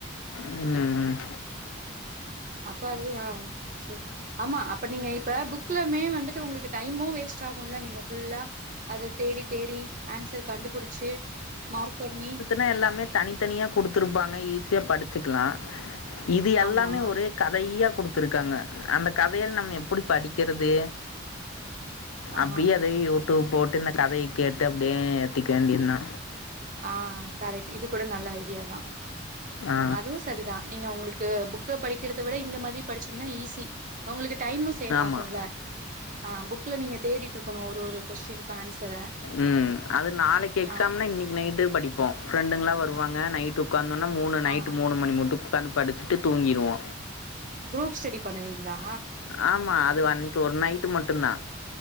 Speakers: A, on the left (about 85°); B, on the right (about 40°).
A: உம்ம்
B: அப்ப அதுவேயா சேர் ஆம்மா அப்ப நீங்க இப்ப புக்லமே வந்துட்டு உங்குளுக்கு டைமு வேஸ்ட் ஆகுல்ல நீங்க ஃபுல்லா அத தேடி தேடி ஆன்சர் கண்டுபுடுச்சு மார்க் பண்ணி
A: னா எல்லாமே தனித்தனியா குடுத்துருப்பாங்க ஈஸியா படிச்சுக்லா இது எல்லாமே
B: ஆமா
A: ஒரே கதைய்யா குடுத்துருக்காங்க அந்த கதையல் நம்ம எப்டி படிக்கிறது
B: ஆ
A: அப்டியே
B: ஆ
A: அதைய் யூடூப் போட்டு இந்த கதையை கேட்டு அப்டியே ஏத்திக்க வேண்டியன்னா
B: ஆ கரெக்ட் இது கூட நல்ல ஐடியா தா
A: ஆ
B: அதுவு செதிதா நீங்க உங்குளுக்கு புக்க படிக்கிறத விட இந்த மாதிரி படிச்சீங்ன்னா ஈஸி உங்குளுக்கு டைமு சேவ்
A: ஆமா
B: ஆகுல்ல ஆ புக்ல நீங்க தேடிட்ருக்கணு ஒரு ஒரு கொஸ்டின்க்கு ஆன்சர
A: உம்ம் அது நாளைக் எக்ஸாம்னா
B: ஆ
A: இன்னிக் நைட்டே படிப்போ ஃப்ரெண்டுங்ளா வருவாங்க நைட் ட்டு உக்காந்தொன்னா மூணு நைட்டு
B: ஆ
A: மூணு மணி முட்டு உ க்காந்து படிச்சுட்டு தூங்கிருவோ
B: குரூப் ஸ்டடி பண்ணுவீங்களா
A: ஆம்மா அது வ அன்னைக்கு ஒரு நைட்டு மட்டுந்தா